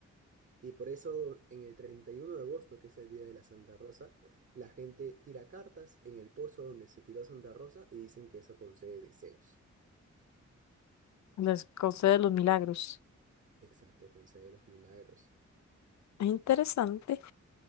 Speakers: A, on the right (about 45°); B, on the left (about 65°).
A: Y por eso en el 31 de agosto, que es el día de la Santa Rosa, la gente tira cartas en el pozo donde se tiró Santa Rosa y dicen que eso concede deseos.
B: les concede los milagros.
A: Exacto, concede los milagros.
B: Es interesante.